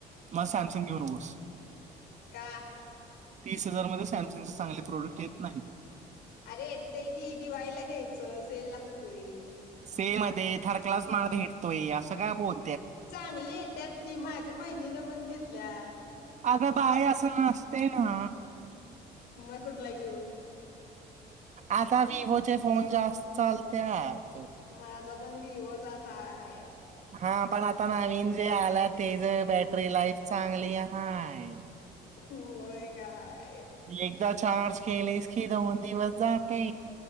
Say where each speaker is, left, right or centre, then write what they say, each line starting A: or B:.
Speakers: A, on the right (about 45°); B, on the left (about 75°).
A: मग सॅमसंग घेऊ नकोस.
B: का?
A: तीस हजार मध्ये सॅमसंगच चांगले प्रोडक्ट येत नाहीत.
B: अरे येतंय की दिवाळीला घ्यायचं सेल लागतोय.
A: सेल मध्ये थर्ड क्लास माल भेटतोय असं काय बोल
B: चांगली येत्यात की माझ्या बहिणीनं पण घेत ल्या.
A: अग बाय असं नसते ना.
B: मग कुठला येऊ
A: आता विवोचे फोन जास्त चालत्यात
B: माझा पण विवोचाचय
A: हा पण आता नवीन जे आला ते ज बॅटरी लाईफ चांगली हाय
B: होय काय
A: म एकदाच चार्ज केलीस की दोन दिवस जाते.